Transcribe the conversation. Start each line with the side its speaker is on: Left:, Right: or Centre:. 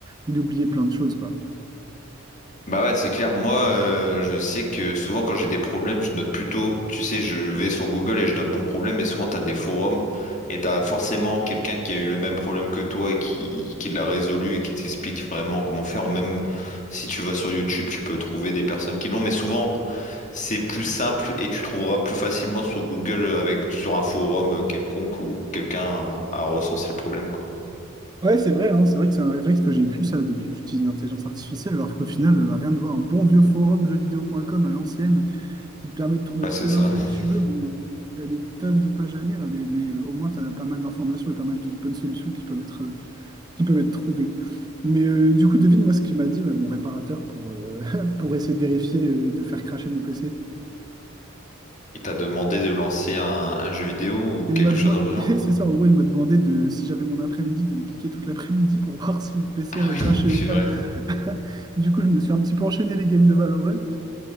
Right: il oubliait plein de choses, quoi.
Left: Bah ouais, c'est clair. Moi, euh, je sais que souvent quand j'ai des problèmes, je note plutôt, tu sais, je vais sur Google et je note mon problème, et souvent t'as des forums et t'as forcément quelqu'un qui a eu le même problème que toi et qui, qui l'a résolu et qui t'explique vraiment comment faire. Ou même si tu vas sur YouTube, tu peux trouver des personnes qui l'ont, mais souvent C'est plus simple et tu trouveras plus facilement sur Google avec sur un forum quelconque où quelqu'un a recensé le problème, quoi.
Right: Ouais, c'est vrai, hein, c'est vrai que c'est un réflexe que j'ai pu ça depuis que j'utilise l'intelligence artificielle, alors qu'au final, euh, rien de voir un bon vieux forum jeuxvideo.com à l'ancienne qui te permet de trouver
Left: Ouais,
Right: toutes
Left: c'est
Right: les
Left: ça.
Right: infos
Left: <laughs>
Right: que tu veux. Bon, tu as des tonnes de pages à lire, des- mais euh, au moins tu as pas mal d'informations et pas mal de bonnes solutions qui peuvent être euh, qui peuvent être trouvés. Mais euh, du coup, devine-moi ce qu'il m'a dit, mais mon réparateur, pour, euh, <laughs> pour essayer de vérifier euh, et de faire cracher mon PC.
Left: Il t'a demandé de lancer un, un jeu vidéo ou
Right: Et
Left: quelque
Right: il m'a demandé,
Left: chose dans le genre?
Right: <laughs> c'est ça, en gros, il m'a demandé de, si j'avais mon après-midi, de geeker toute l'après-midi pour <laughs> voir si mon PC
Left: Ah
Right: recrachait
Left: oui, <laughs> c'est
Right: ou pas.
Left: vrai.
Right: <laughs> Du coup, je me suis un petit peu enchaîné les games de Valorant.